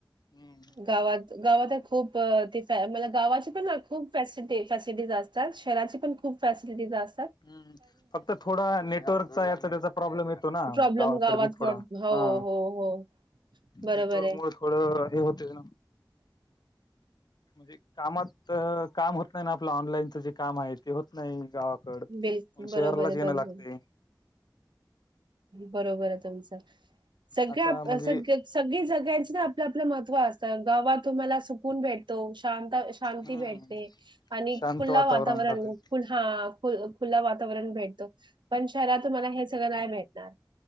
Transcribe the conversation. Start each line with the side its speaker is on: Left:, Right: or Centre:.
Left: हम्म
Right: गावात गावात आहे खूप अ तिथं गावाची पण खूप फॅसि फॅसिलिटीज असतात. शहराची पण खूप फॅसिलिटीज अस
Left: हम्म फक्त थोडा नेटवर्कचा याचा त्याचा प्रॉब्लेम येतो ना
Right: प्रॉब्लेम
Left: गावाकड
Right: गावात
Left: बी
Right: प्रॉब-
Left: थोडा
Right: हो
Left: हा.
Right: हो हो बरोबर
Left: नेटवर्क
Right: आहे
Left: मूळ थोडं हे होत ना.
Right: <inaudible>
Left: म्हणजे कामात काम होत नाही ना आपलं, ऑनलाईनच जे काम आहे ते होत नाही गावात. प
Right: बिल
Left: शहरलाच
Right: बरोबर आहे
Left: येणं
Right: बरोबर
Left: लागते.
Right: बरोबर आहे तुमच. सगळ्या
Left: आता म्हणजे
Right: सग सगळी जग्यांच ना आपलं आपल्या महत्व असत. गावात तुम्हाला सुकून भेटतो शांत शांती
Left: हम्म
Right: भेटते आणि
Left: शांत
Right: खुल्ला वातावरण
Left: राहते
Right: हा खुल्ला वातावरण भेटतो. पण शहरात तुम्हाला हे सगळं नाही भेटणार